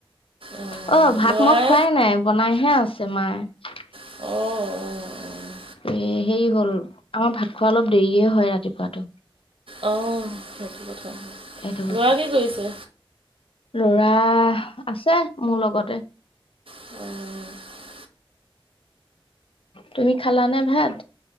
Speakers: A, on the left; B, on the right.
A: ‌
B: অঁ
A: অ' ভাত
B: ল'ৰাই
A: মই খোৱাই নাই বনাইহে আছোঁ। তোমাৰ
B: অ'-অ'
A: এই হেৰি হ'ল আমাৰ ভাত খোৱা অলপ দেৰিয়ে হয় ৰাতিপুৱাটো।
B: অ' সেইটো কথা।
A: এইটো কথা,
B: ল'ৰা কি কৰিছে
A: ল'ৰা আছে মোৰ লগতে।
B: উম
A: তুমি খালা নে ভাত?